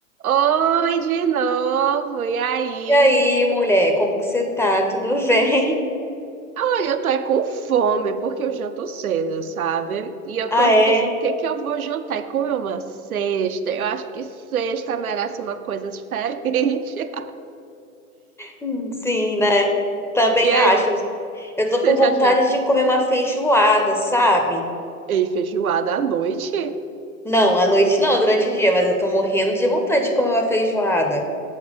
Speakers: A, on the right; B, in the centre.
A: Oi, de novo. E aí?
B: E aí, mulher, como que você tá? Tudo bem?
A: Olha, eu tô é com fome, porque eu janto cedo, sabe? E eu
B: <laughs> Ah,
A: tô aqui
B: é?
A: pensando o que que eu vou jantar. E como é uma sexta, eu acho que sexta merece uma coisa diferente.
B: Hum, Sim, né?
A: <laughs>
B: Também
A: E aí,
B: acho.
A: mano,
B: Eu
A: você
B: tô com vontade
A: já jantou?
B: de comer uma feijoada, sabe?
A: Ei, feijoada à noite?
B: Não, à noite não, durante o dia, mas eu tô morrendo de vontade de comer uma feijoada.